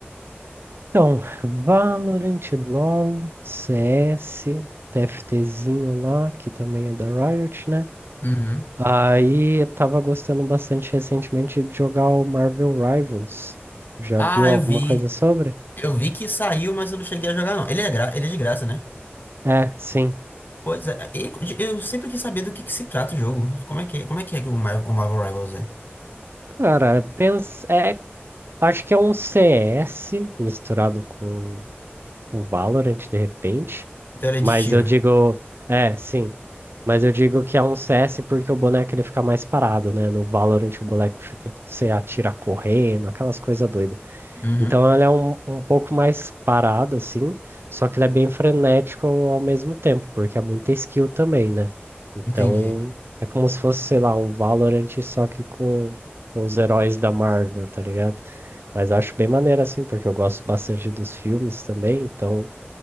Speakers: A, on the right (about 60°); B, on the left (about 50°).
A: Então, Valorant, LoL, CS, TFTzinho lá, que também é da Riot, né?
B: Uhum.
A: Aí eu tava gostando bastante recentemente de jogar o Marvel Rivals. Já
B: Ah,
A: viu alguma
B: eu vi.
A: coisa sobre?
B: Eu vi que saiu, mas eu não cheguei a jogar, não. Ele é, gra... Ele é de graça, né?
A: É, sim.
B: Pois é. E de- eu sempre quis saber do que, que se trata o jogo. Como é que é, como é, que, é que o, Ma- o Marvel Rivals é?
A: Cara, pensa, é, acho que é um CS misturado com o Valorant de repente,
B: Então ele é
A: mas
B: de tiro.
A: eu digo, é, sim. Mas eu digo que é um CS porque o boneco ele fica mais parado, né? No Valorant o boneco fica, você atira correndo, aquelas coisas doidas.
B: Uhum.
A: Então ele é um, um pouco mais parado, assim, só que ele é bem frenético ao mesmo tempo, porque é muita skill também, né? Então
B: Entendi.
A: é como se fosse, sei lá, um Valorant só que com, com os heróis da Marvel, tá ligado? Mas acho bem maneiro, assim, porque eu gosto bastante dos filmes também, então